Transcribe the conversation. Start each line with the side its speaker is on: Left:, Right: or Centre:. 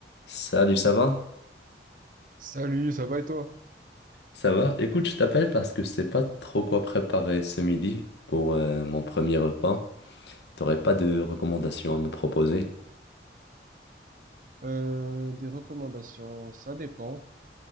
Left: Salut, ça va?
Right: Salut, ça va et toi?
Left: Ça va? Écoute, je t'appelle parce que je sais pas trop quoi préparer ce midi pour euh, mon premier repas. T'aurais pas de recommandations à me proposer?
Right: Euh, des recommandations, ça dépend.